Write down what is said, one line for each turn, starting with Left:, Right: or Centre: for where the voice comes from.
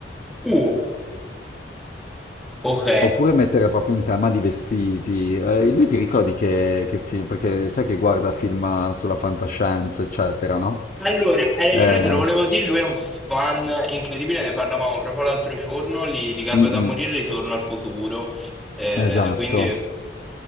Centre: Uh, ok.
Left: Oppure mettere proprio un tema di vestiti. Eh, lui ti ricordi che, che film, perché sai che guarda film eh, sulla fantascienza, eccetera, no?
Centre: Allora, hai ragione,
Left: Eh,
Centre: te lo volevo dire, lui è un fan incredibile, ne parlavamo proprio l'altro giorno, li, li garba
Left: mm,
Centre: da
Left: mm,
Centre: morire, ritorno al futuro, eh,
Left: esatto.
Centre: quindi